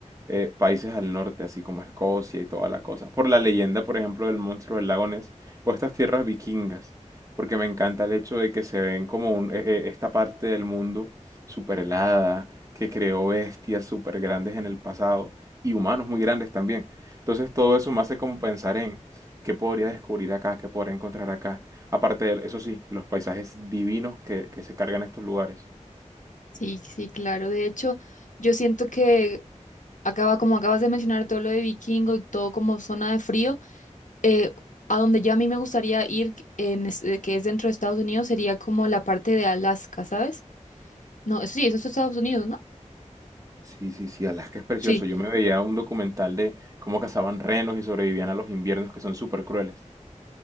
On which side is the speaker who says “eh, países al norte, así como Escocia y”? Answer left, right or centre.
Right